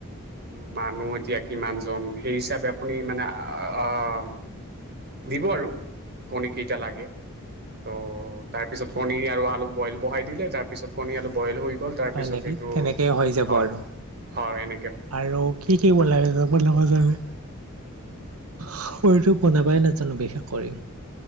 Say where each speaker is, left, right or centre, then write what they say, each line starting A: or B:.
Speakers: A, on the right; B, on the right.
A: উম মানুহ এতিয়া কিমান জন সেই হিচাপে আপুনি মানে অহ দিব আৰু কণী কেইটা লাগে ত' তাৰ পিছত কণী আৰু আলু বইল বহাই দিলে তাৰ পিছত কণী আলু বইল হৈ ল তাৰপিছত
B: হয় নেকি
A: সেইটো
B: তেনেকেই হৈ যাব
A: হয়
B: আৰু
A: হয় এনে
B: আৰু কি কি বনাই যাব মোৰ লগৰ জনে শৰটো বনাবাই নাজানো বিশেষ কৰি।